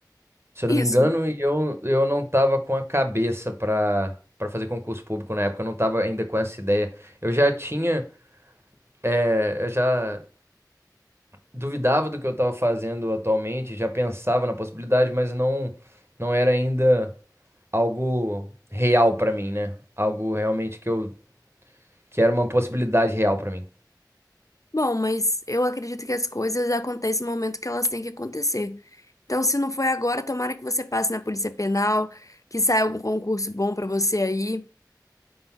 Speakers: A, on the right; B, on the left.
A: se eu
B: Isso.
A: não me engano, e eu, eu não tava com a cabeça pra para fazer concurso público na época, eu não tava ainda com essa ideia. Eu já tinha, eh, eu já duvidava do que eu tava fazendo atualmente, já pensava na possibilidade, mas não, não era ainda algo real pra mim, né? Algo realmente que eu que era uma possibilidade real pra mim.
B: Bom, mas eu acredito que as coisas acontecem no momento que elas têm que acontecer. Então, se não foi agora, tomara que você passe na Polícia Penal, que saia algum concurso bom pra você aí.